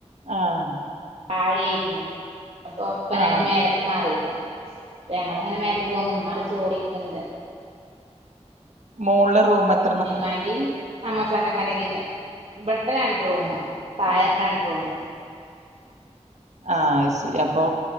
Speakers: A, on the right; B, on the right.
A: ആഹ
B: താഴെയിരുന്നു അപ്പൊ ഇപ്പൊ
A: ആഹ്
B: ഞങ്ങൾ മേലക്ക് മാറിക്ണാഅപ്പോ ഞങ്ങിങ്ങനെ മേലെ ക്ക് പോന്നു ഇമ്മടെ ചേർന്നിരിക്ട
A: മോള് റൂമത്ത്
B: ഇന്മാന്റെയും അമ്മോസക്കാക്കന്റെ കയ്ഞ്ഞു ഇവിടത്തെ രണ്ട് റൂം താഴേത്ത
A: ആ
B: രണ്ട്റൂമും
A: ആഹ അത് ശരി അപ്പൊ